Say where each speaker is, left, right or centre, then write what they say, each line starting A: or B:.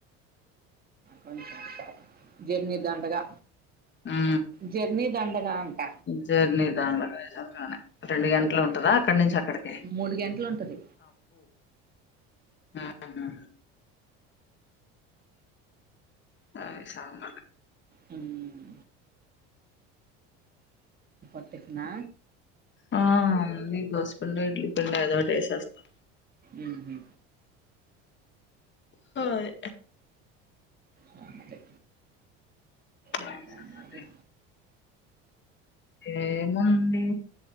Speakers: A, on the right; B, on the left.
A: కొంచెం కాదు జర్నీ దండగా
B: ఆ
A: జర్నీ దండగా అంట
B: జర్నీ దండగా నిజంగానే రెండు గంటలు ఉంటదా అక్కడి నుంచి అక్కడికి
A: మూడు గంటలు ఉంటది
B: అవున సరె సంగ
A: హ్మ్ అంటె నా
B: ఆ ఉంది దోశపిింండ ఇడ్లీ పిండి ఏదో టి వేసేస్తాం
A: ఉహు
B: హాయ్
A: సంగతి
B: ఏంటి
A: ఇంకా
B: సంగతి
A: మరి
B: ఏమోనండి